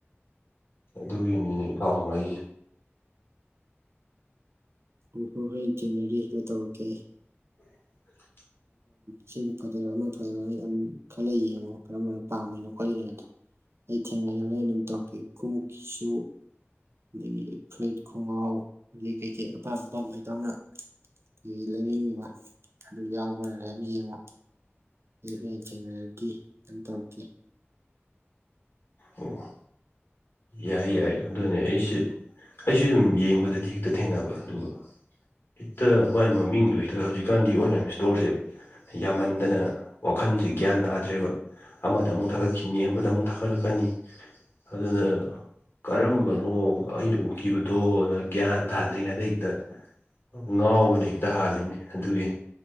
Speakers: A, on the left; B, on the right.
A: ꯑꯗꯨꯒꯤꯅꯤꯅꯦ ꯏꯇꯥꯎ ꯑꯩ
B: <inaudible>
A: <inaudible>
B: <inaudible> ꯈꯜꯂꯥ ꯌꯦꯡꯉꯣ ꯀꯔꯝꯕꯅ ꯄꯥꯝꯃꯤꯅꯣ ꯈꯣꯠꯂꯤꯅꯣꯗꯣ꯫ ꯑꯩ ꯊꯦꯡꯅꯔꯗꯤ ꯍꯣꯔꯦꯟ ꯑꯗꯨꯝ ꯇꯧꯔꯛꯀꯦ ꯈꯣꯡꯎꯞꯀꯤꯁꯨ ꯑꯗꯒꯤ ꯐ꯭ꯔꯨꯠ ꯈꯣꯡꯒꯥꯎ ꯑꯩ ꯀꯩꯀꯩ ꯑꯄꯥꯝ ꯑꯄꯥꯝꯕ ꯏꯇꯥꯎꯅ ꯀꯩ ꯂꯩꯅꯤꯡꯉꯤꯕ ꯑꯗꯨ ꯌꯥꯎꯕꯔꯥꯅ <unintelligible> ꯌꯦꯡꯉꯣ ꯑꯩ ꯍꯣꯔꯦꯟ ꯊꯦꯡꯅꯔꯗꯤ ꯑꯗꯨꯝ ꯇꯧꯔꯛꯀꯦ
A: ꯑꯣ ꯌꯥꯏ ꯌꯥꯏ ꯑꯗꯨꯅꯦ ꯑꯩꯁꯦ ꯑꯩꯁꯨ ꯑꯗꯨꯝ ꯌꯦꯡꯕꯗꯥꯗꯤ ꯍꯦꯛꯇ ꯊꯦꯡꯅꯕ ꯑꯗꯨꯒ ꯍꯦꯛꯇꯥ ꯃꯥꯏ ꯃꯃꯤꯡꯗꯣ ꯍꯦꯛꯇꯥ ꯍꯧꯖꯤꯛꯀꯥꯟꯗꯤ ꯑꯣꯟꯂꯥꯏꯟ ꯏꯁꯇꯣꯔꯁꯦ ꯌꯥꯝꯃꯟꯗꯅ ꯋꯥꯈꯟꯁꯤ ꯒ꯭ꯌꯥꯟ ꯇꯥꯗ꯭ꯔꯦꯕ ꯑꯃꯗ ꯑꯃꯨꯛ ꯊꯥꯒꯠꯈꯤꯅꯤ ꯑꯃꯗ ꯑꯃꯨꯛ ꯊꯥꯒꯠꯂꯛ ꯐꯥꯅꯤ ꯑꯗꯨꯅ ꯀꯔꯝꯕꯅꯣ ꯑꯩꯅ ꯎꯈꯤꯕꯗꯣꯅ ꯒ꯭ꯌꯥꯟ ꯇꯥꯗ꯭ꯔꯤꯉꯩꯗ ꯍꯦꯛꯇꯥ ꯉꯥꯎꯕꯅ ꯍꯦꯛꯇ ꯍꯥꯜꯂꯤꯅꯦ ꯑꯗꯨꯒꯤ